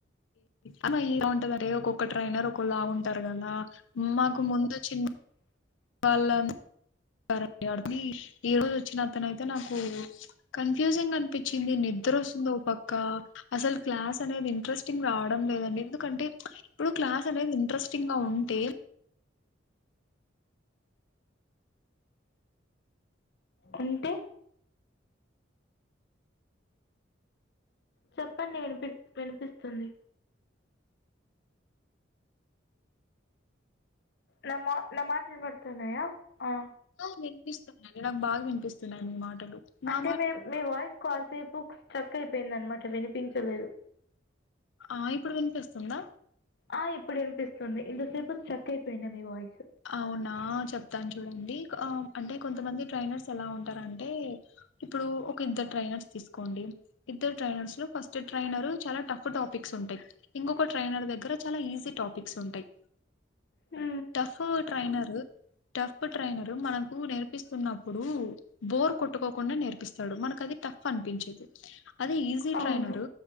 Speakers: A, on the left; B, on the left.
A: అమ్ ఎలా ఉంటదంటే ఒక్కొక్క ట్రైనర్ ఒకలాగుంటారు కదా మాకు ముందుచ్చిన వాళ్ళని ఈ రోజు వచ్చిన అతనయితే నాకు కన్ఫ్యూజింగ్ అనిపి చ్చింది నిద్ర వస్తుంది ఒక పక్క అసలు క్లాస్ అనేది ఇంట్రెస్టింగ్ రావడం లేదండి ఎందుకంటే ఇప్పుడు క్లాస్ అనేది ఇంట్రెస్టింగ్ గా ఉంటే
B: అంటే చెప్పండి వినిపి వినిపిస్తుంది న మా న మాటలు వినపడుతున్నాయా ఆ
A: ఆ వినిపిస్తున్నాండి నాకు బాగా వినిపిస్తున్నాయి మీ మాట మాటలు మా
B: అంటే మే మీ వాయిస్ కాసేపు స్ట్రక్ అయిపోయిందన్నమాట వినిపించలేదు
A: ఆ ఇప్పుడు వినిపిస్తుందా
B: ఆ ఇప్పుడు వినిపిస్తుంది ఇంత సేపు స్ట్రక్ అయిపోఇండే మీ వాయిస్
A: అవునా చెప్తాను చూడండి అంటే కొంతమంది ట్రైనర్స్ ఎలా ఉంటారంటే ఇప్పుడు ఒక ఇద్దరు ట్రైనర్స్ తీసుకోండి ఇద్దరు ట్రైనర్స్ లో ఫస్ట్ ట్రైనర్ చాలా టఫ్ టాపిక్ సుంటాయి ఇంకొక ట్రైనర్ దగ్గర చాలా ఈజీ టాపిక్స్ ఉంటాయి
B: మ్
A: సో ట్రైనరు టఫ్ ట్రైనర్ మనకు నేర్పిస్తున్నప్పుడు బోర్ కొట్టుకోకుండా నేర్పిస్తాడు మనకు అది ట ఫ్ అనిపించదు అది ఈజీ
B: అవును
A: ట్రైనర్